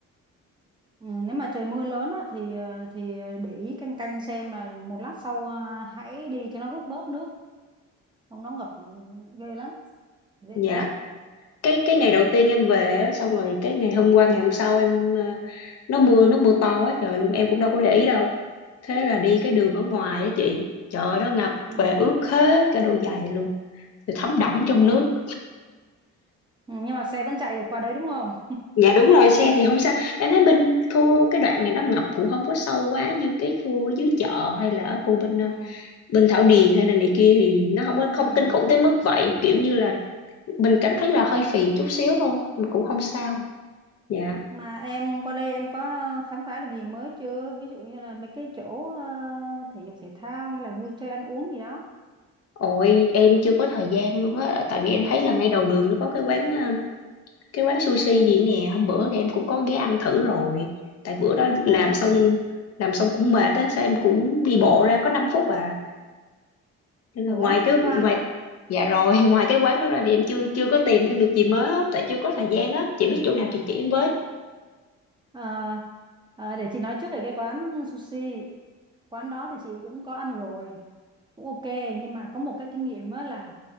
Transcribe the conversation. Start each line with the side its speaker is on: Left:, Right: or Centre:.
Right: ừ, nếu mà trời mưa lớn á thì ờ, thì để ý canh canh xem là một lát sau à, hãy đi cho nó rút bớt nước không nó ngập ghê lắm dễ
Left: dạ
Right: té
Left: cái cái ngày đầu tiên em về á, xong rồi cái ngày hôm qua ngày hôm sau em ờ, nó mưa nó mưa to quá trời luôn em cũng đâu có để ý đâu thế là đi cái đường ở ngoài á chị trời ơi, nó ngập
Right: ừ.
Left: về ướt hết cả đôi giày luôn rồi thấm đẫm
Right: yeah.
Left: trong nước
Right: Ừ, nhưng mà xe vẫn chạy được qua đấy đúng không
Left: <laughs> dạ đúng rồi xe thì không sao em thấy bên khu cái đoạn này nó ngập cũng không có sâu quá như cái khu ở dưới chợ hay là ở khu bên ờ,
Right: ừ.
Left: bên Thảo Điền hay là này kia thì nó không có
Right: Ừ.
Left: không kinh khủng tới mức vậy kiểu như là mình cảm thấy là hơi phiền chút xíu thôi mình cũng không sao
Right: Ừ.
Left: dạ
Right: Mà em qua đây em có ờ, khám phá được gì mới chưa? Ví dụ như là mấy cái chỗ ờ, thể dục thể thao hay là vui chơi ăn uống gì đó.
Left: ôi em chưa có thời gian luôn á tại vì em thấy là ngay đầu đường nó có cái quán ờ, cái quán sushi gì nè hôm bữa thì em cũng có ghé ăn thử rồi tại bữa đó
Right: Ủa?
Left: làm xong làm xong cũng mệt á sao em cũng đi bộ ra có 5 phút à nên là
Right: Ủa?
Left: ngoài cái
Right: Cũng có ăn
Left: ngoài
Right: à?
Left: dạ rồi <laughs> ngoài cái quán đó ra thì em chưa chưa có tìm thêm được gì mới hết tại chưa có thời gian á chị biết chỗ nào
Right: À,
Left: chị chỉ em với
Right: ờ, ờ, để chị nói trước về cái quán sushi. Quán đó thì chị cũng có ăn rồi. Cũng ok. Nhưng mà có một cái kinh nghiệm á là